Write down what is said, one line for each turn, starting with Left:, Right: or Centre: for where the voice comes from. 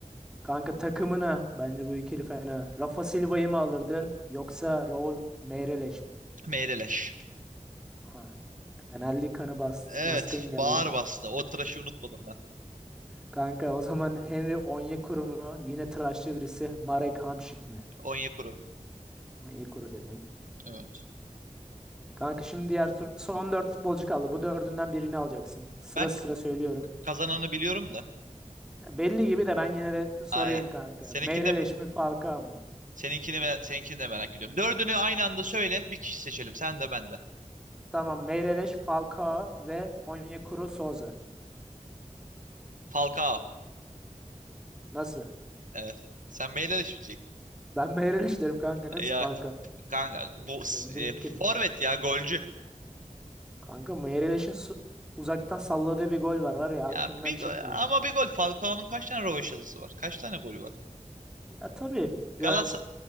Centre: Kanka takımına bence bu ikili fena. Rafa Silva'yı mı alırdın yoksa Raul Meireles mi?
Right: Meyreleş.
Centre: Ha, Fenerli kanı bas,
Right: Evet.
Centre: baskın geldi.
Right: Bağır bastı. O tıraşı unutmadım ben.
Centre: Kanka o zaman Henry Onyekuru mu? Yine tıraşlı birisi. Marek Hamšík mi?
Right: Onyekuru.
Centre: Onyekuru dedin.
Right: Evet.
Centre: Kanka şimdi diğer tur son dört futbolcu kaldı. Bu dördünden birini alacaksın. Sıra
Right: Ben
Centre: sıra söylüyorum.
Right: kazananı biliyorum da.
Centre: Belli gibi de ben yine de sorayım
Right: Aynen.
Centre: kanka.
Right: Seninkini
Centre: Meireles
Right: de,
Centre: mi Falcao mu?
Right: seninkini, ve- seninkini de merak ediyorum. Dördünü aynı anda söyle. Bir kişi seçelim. Sen de ben de.
Centre: Tamam Meireles, Falcao ve Onyekuru Souza.
Right: Falcao.
Centre: Nasıl?
Right: Evet. Sen Meyreleş mi
Centre: Ben Meireles derim kanka. Nasıl
Right: Ya
Centre: Falcao?
Right: kanka. bu- s-
Centre: Ya, Mümkün.
Right: e, forvet ya. Golcü.
Centre: Kanka Meireles'in su- uzaktan salladığı bir gol var var ya
Right: Ya
Centre: aklımdan
Right: bir,
Centre: çıkmıyor.
Right: go- ama bir gol. Falcao'nun kaç tane rövaşatası var? Kaç tane golü var?
Centre: Ya tabii
Right: Galatasaray
Centre: biraz...